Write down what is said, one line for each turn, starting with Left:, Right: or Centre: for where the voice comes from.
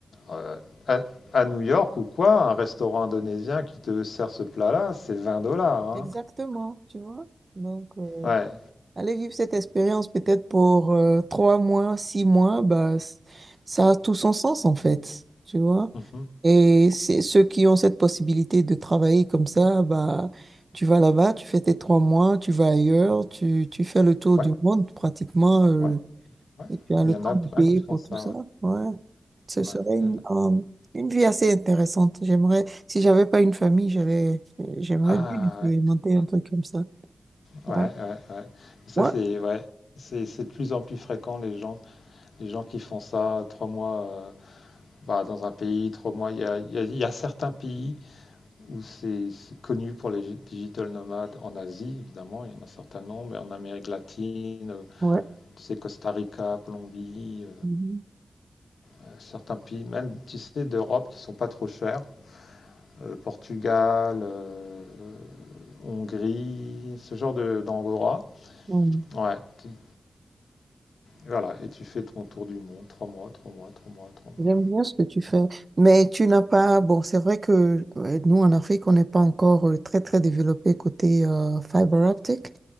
Left: Euh, à, à New York ou quoi, un restaurant indonésien qui te sert ce plat-là, c'est vingt dollars. hein.
Right: Exactement, tu vois. Donc, euh,
Left: Ouais.
Right: aller vivre cette expérience peut-être pour euh, trois mois, six mois, bah, c- ça a tout son sens en fait, tu vois.
Left: Mhm.
Right: Et c'est ceux qui ont cette possibilité de travailler comme ça, bah, tu vas là-bas, tu fais tes trois mois, tu vas ailleurs, tu, tu fais le tour
Left: Ouais,
Right: du monde pratiquement. euh,
Left: ouais, ouais.
Right: Et tu as
Left: Il
Right: le
Left: y
Right: temps
Left: en a
Right: de
Left: plein
Right: payer
Left: qui font
Right: pour
Left: ça.
Right: tout ça.
Left: ouais.
Right: Ouais. Ce
Left: Ouais,
Right: serait une,
Left: il y en a.
Right: euh, une vie assez intéressante. J'aimerais, si j'avais pas une famille, j'allais, j'aimerais
Left: Ah,
Right: bien expérimenter un truc comme ça.
Left: ouais,
Right: Ouais.
Left: ouais, ouais. ouais. Ça,
Right: Ouais.
Left: c'est ouais. C'est c'est de plus en plus fréquent les gens, les gens qui font ça trois mois. euh, bah, dans un pays, trois mois. Il y a, il y a- il y a certains pays où c'est c'est connu pour les digital nomades en Asie, évidemment, il y en a un certain nombre, et en Amérique latine, euh,
Right: Ouais.
Left: tu sais, Costa Rica, Colombie,
Right: Mhm.
Left: euh, certains pays, même, tu sais, d'Europe qui ne sont pas trop chers, euh, Portugal, euh, euh, Hongrie, ce genre de d'angora.
Right: Ouais.
Left: Ouais, qui- voilà, et tu fais ton tour du monde, trois mois, trois mois, trois mois, trois mois.
Right: J'aime bien ce que tu fais, mais tu n'as pas, bon, c'est vrai que euh, nous en Afrique, on n'est pas encore euh, très très développé côté euh, fibre optique.